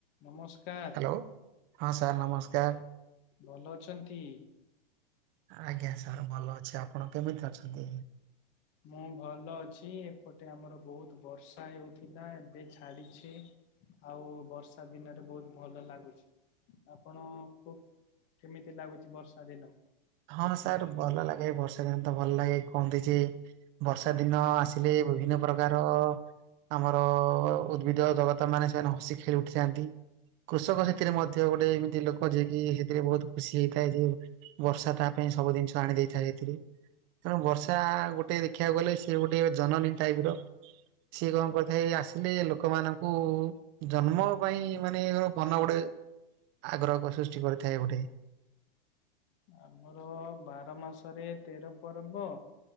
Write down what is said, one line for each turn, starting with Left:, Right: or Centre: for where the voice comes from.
Left: ନମସ୍କାର,
Right: ହ୍ୟାଲୋ ହଁ ସାର୍ ନମସ୍କାର।
Left: ଭଲ ଅଛନ୍ତି?
Right: ଆଜ୍ଞା ସାର୍ ଭଲ ଅଛି, ଆପଣ କେମିତି ଅଛନ୍ତି?
Left: ମୁଁ ଭଲ ଅଛି, ଏପଟେ ଆମର ବହୁତ ବର୍ଷା ହେଉଥିଲା ଏବେ ଛାଡିଛି। ଆଉ ବର୍ଷା ଦିନରେ ବହୁତ ଭଲ ଲାଗୁଛି। ଆପଣ ଖୁବ କେମିତି ଲାଗୁଛି ବର୍ଷା ଦିନ?
Right: ହଁ ସାର୍ ଭଲ ଲାଗେ ବର୍ଷା ଦିନ ତ ଭଲ ଲାଗେ କୁହନ୍ତି ଯେ ବର୍ଷା ଦିନ ଆସିଲେ ବିଭିନ୍ନ ପ୍ରକାର ଆମର ଉଦ୍ଭିଦ ଜଗତ ମାନେ ସେମାନେ ହକି ଖେଳି ଉଠିଥାନ୍ତି। କୃଷକ ସେଥିରେ ମଧ୍ୟ ଗୋଟେ ଏମିତି ଲୋକ ଯିଏକ ସେଥିରେ ବହୁତ ଖୁସି ହେଇଥାଏ ଯେ ବର୍ଷା ତା ପାଇଁ ସବୁ ଜିନିଷ ଆଣି ଦେଇଥାଏ ହେତୀରେ। ତେଣୁ ବର୍ଷା ଗୋଟେ ଦେଖିବାକୁ ଗଲେ ସିଏ ଗୋଟେ ଜନନୀ ଟାଇପ ର। ସିଏ କଣ କରିଥାଏ ଆସିଲେ ଲୋକମାନଙ୍କୁ ଜନ୍ମ ପାଇଁ ମାନେ ମନ ଗୋଟେ ଆଗ୍ରହକ ସୃଷ୍ଟି କରିଥାଏ ଗୋଟେ।
Left: ଆମର ବାର ମାସରେ ତେର ପର୍ବ।